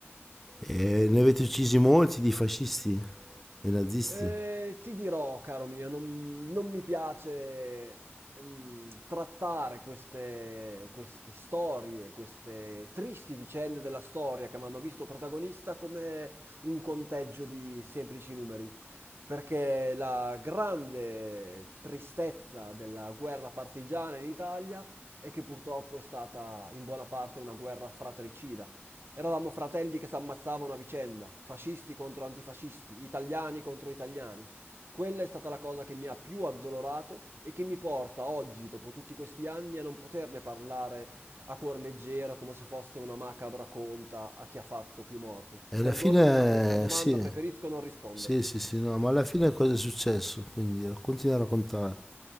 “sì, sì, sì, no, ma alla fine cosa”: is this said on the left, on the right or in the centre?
Centre